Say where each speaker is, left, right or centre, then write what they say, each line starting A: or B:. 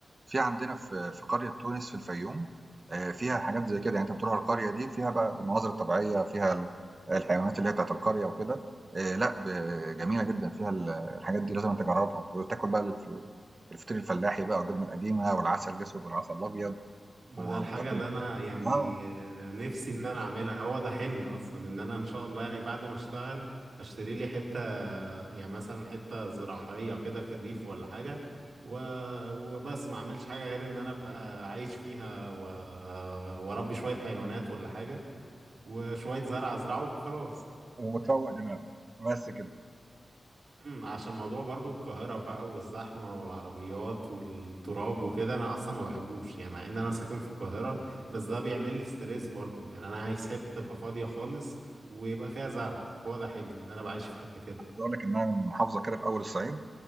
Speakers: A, on the right; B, on the right.
A: في عندنا في في قرية تونس في الفيوم آآ، فيها حاجات زي كده، يعني أنت بتروح القرية دي فيها بقى المناظر الطبيعية، فيها ال الحيوانات اللي هي بتاعة القرية وكده، آآ، لأ ب جميلة جدًا، فيها ال الحاجات دي لازمًا تجربها، وتاكل بقى الف الفطير الفلاحي بقى والجبنة القديمة والعسل الأسود والعسل الأبيض،
B: ما
A: و
B: ده الحاجة
A: وتاكل
B: اللي أنا يعني
A: آه،
B: آه، نفسي إن أنا أعملها هو ده حلمي أصلا إن أنا إن شاء الله يعني بعد ما أشتغل أشتري لي حتة يعني مثلا حتة زراعية كده في الريف ولا حاجة و... وبس ما أعملش حاجة غير إن أنا أبقى عايش فيها و... وأربي شوية حيوانات ولا حاجة وشوية زرع ازرعه وخلاص
A: وتروّق دماغك، بس كده،
B: امم عشان موضوع برضو القاهرة بقى والزحمة والعربيات والتراب وكده انا اصلا ما بحبوش يعني مع ان انا ساكن في القاهرة بس ده بيعمل لي ستريس برضو يعني انا عايز حتة تبقى فاضية خالص ويبقى فيها زرع هو ده حلمي ان انا بعيش في حتة كده
A: عايز أقول لك إنها محافظة كده في أول الصعيد.